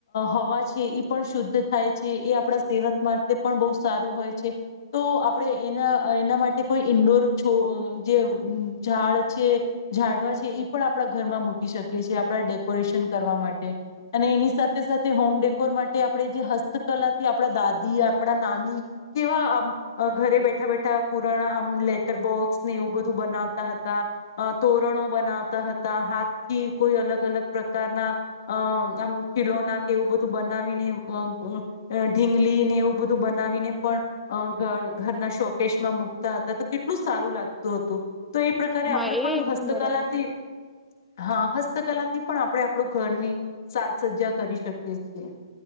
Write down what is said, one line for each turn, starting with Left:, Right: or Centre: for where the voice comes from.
Left: હવા છે એ પણ શુદ્ધ થાય છે. એ આપણા સેહત માટે પણ બહુ સારું હોય છે. તો આપણે એના એના માટે કોઈ ઈન્ડોર છો જે ઝાડ છે ઝાડવા છે એ પણ આપણા ઘરમાં મૂકી શકીએ છીએ આપણા ડેકોરેશન કરવા માટે અને એની સાથે સાથે હોમ ડેકોર માટે આપણે જે હસ્તકલાથી આપણા દાદી આપણા નાની કેવા આમ અ ઘરે બેઠા બેઠા પુરાણા આમ લેટર બોક્સ ને એવું બધું બનાવતા હતા અ તોરણો બનાવતા હતા હાથથી કોઈ અલગ અલગ પ્રકારના અ આમ ખીલોના કે એવું બધું બનાવીને અ અ ઢીંગલી ને એવું બધું બનાવીને પણ અ ઘ ઘરના શોકેશમાં મુકતા હતા તો કેટલું સારું લાગતું હતું. તો એ પ્રકારે
Centre: હા
Left: આપે
Centre: એ
Left: પણ
Centre: એકદમ
Left: હસ્તકલાથી
Centre: બરાબર કીધું.
Left: હા હસ્તકલાથી પણ આપણે આપણું ઘરની સાજ સજ્જા કરી શકીએ છીએ.